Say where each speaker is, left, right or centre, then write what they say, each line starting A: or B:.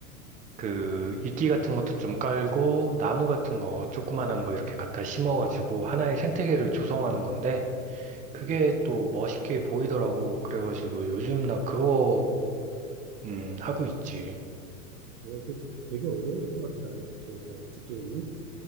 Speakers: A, on the right; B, on the right.
A: 그, 이끼 같은 것도 좀 깔고, 나무 같은 거, 조그만한 거 이렇게 갖다 심어가지고, 하나의 생태계를
B: 아. 아.
A: 조성하는 건데, 그게
B: 어,
A: 또 멋있게 보이더라고. 그래가지고, 요즘 나 그거, 음, 하고 있지.
B: 그 되게 어려울 것 같다, 듣기, 듣기에는.